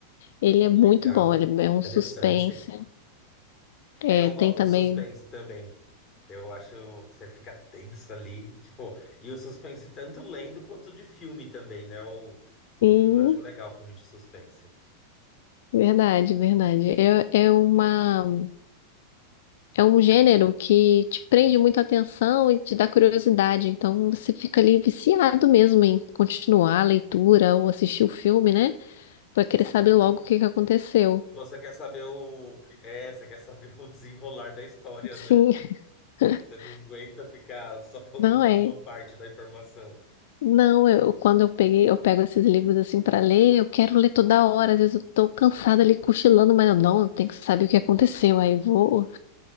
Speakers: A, on the left; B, on the left.
A: Ele é
B: Que
A: muito
B: legal,
A: bom, ele é um
B: interessante.
A: suspense. É,
B: É, eu gosto
A: tem também.
B: de suspense também. Eu acho que você fica tenso ali, tipo, e o suspense tanto lendo quanto de filme também, né? O de
A: Sim,
B: filme eu acho legal, filme de suspense.
A: verdade, verdade. É, é uma, é um gênero que te prende muita atenção e te dá curiosidade. Então você fica ali viciado mesmo em continuar a leitura ou assistir o filme, né? Pra querer
B: Sim.
A: saber logo o que que aconteceu.
B: Você quer saber o que é, você quer saber <laughs> o desenrolar da história,
A: Sim.
B: né?
A: <laughs>
B: Você não aguenta ficar só com alguma
A: Não é.
B: uma parte da informação.
A: Não, eu, quando eu peguei, eu pego esses livros assim pra ler, eu quero ler toda hora, às vezes eu tô cansada ali cochilando, mas eu não, eu tenho que saber o que aconteceu, aí vou